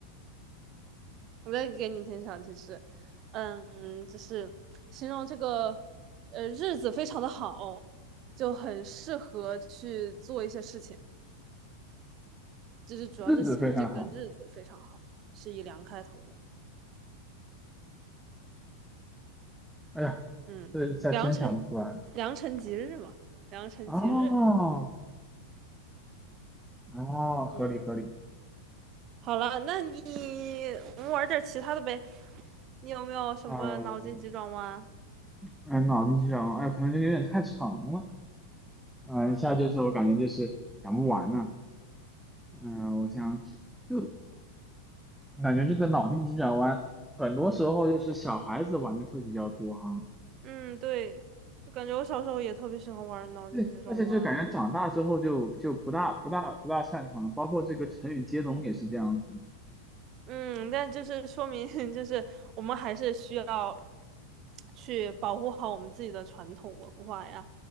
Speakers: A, on the right; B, in the centre.
A: 我再给你一点小提示，嗯，就是形容这个呃日子非常的好，就很适合去做一些事情，就是主要是形容这个日子非常好，
B: 日子非常好，
A: 是以良开头的，
B: 哎呀，
A: 嗯，
B: 这下真想不出来
A: 良辰良辰吉日嘛，良辰吉日，
B: 哦哦，合理合理。
A: 嗯，好了，那你我们玩点其他的呗，你有没有什么脑筋急转弯？
B: 嗯，哎，脑筋急转弯，哎，可能就有点太长了。嗯，
A: 嗯。
B: 一下就是我感觉就是讲不完呐、嗯，我想就感觉这个脑筋急转弯，很多时候就是小孩子玩的会比较多哈。
A: 嗯，对，就感觉我小时候也特别喜欢玩脑筋急转弯啊
B: 对，而且就感觉长大之后就就不大不大不大擅长，包括这个成语接龙也是这样子。
A: 嗯，但就是说明，<laughs> 就是我们还是需要去保护好我们自己的传统文化呀。